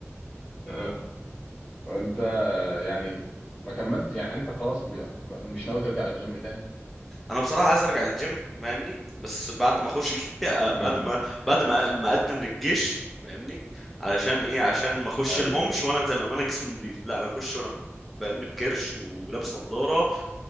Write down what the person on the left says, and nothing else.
آه. وانت يعني ما كملت يعني انت خلاص م- مش ناوي ترجع الجيم تاني
امم
حلو